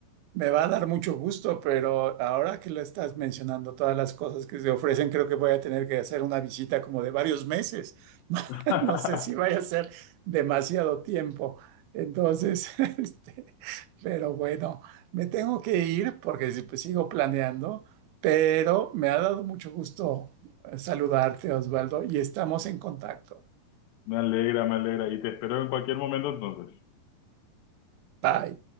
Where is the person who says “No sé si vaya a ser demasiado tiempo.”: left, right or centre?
Right